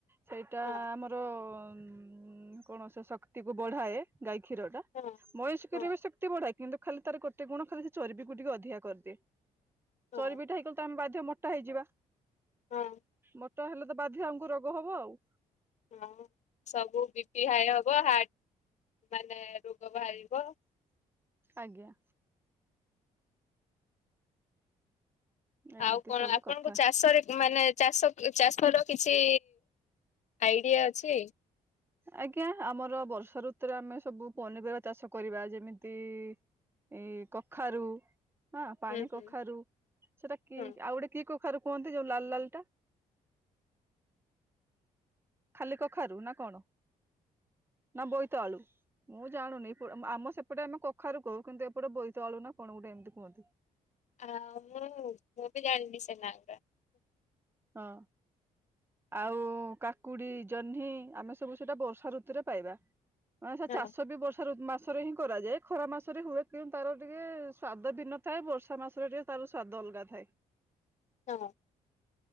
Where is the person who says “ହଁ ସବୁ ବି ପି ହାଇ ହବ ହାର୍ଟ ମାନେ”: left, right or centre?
Left